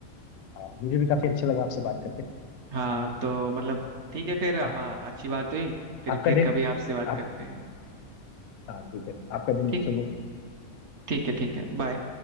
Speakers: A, on the left; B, on the right.
A: हाँ, मुझे भी काफी अच्छा लगा आपसे बात करके
B: हाँ तो मतलब ठीक है फिर अब
A: आप
B: अ, अच्छी बात हुई फिर
A: आपका
B: फिर
A: दिन
B: कभी आपसे बात
A: आप
B: करते हैं
A: हाँ ठीक है आपका दिन
B: ठीक
A: शुभ हो।
B: ठीक है ठीक है बाय